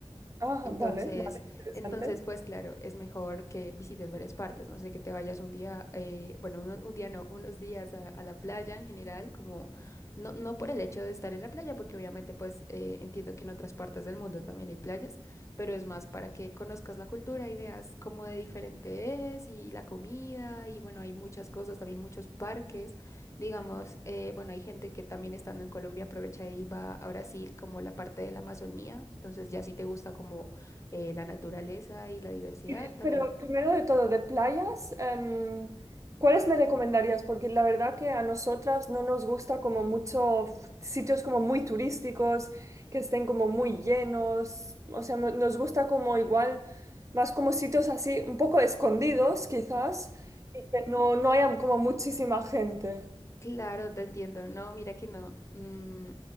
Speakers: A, on the right (about 30°); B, on the left (about 30°).
A: Ah,
B: Entonces,
A: vale, vale, interesante.
B: entonces, pues claro, es mejor que visites varias partes, no sé, que te vayas un día, eh, bueno, uno- un, día no, unos días a, a la playa en general, como no, no por el hecho de estar en la playa, porque obviamente pues eh, entiendo que en otras partes del mundo también hay playas, pero es más para que conozcas la cultura y veas cómo de diferente es y la comida y bueno, hay muchas cosas, también muchos parques, digamos, eh, bueno, hay gente que también estando en Colombia aprovecha y va a Brasil como la parte de la Amazonía, entonces ya si te gusta como eh, la naturaleza y la diversidad
A: Y de-
B: también.
A: Pero primero de todo, de playas, em, ¿cuáles me recomendarías? Porque la verdad que a nosotras no nos gusta como mucho f- sitios como muy turísticos, que estén como muy llenos, o sea, no- nos gusta como igual, más como sitios así, un poco escondidos quizás, y que no, no haya como muchísima gente.
B: Claro, te entiendo. No, mira que no. Mm,